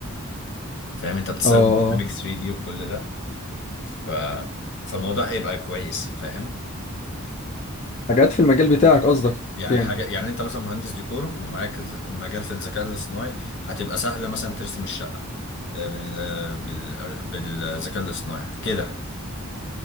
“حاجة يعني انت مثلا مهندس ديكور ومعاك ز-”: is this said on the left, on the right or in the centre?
Left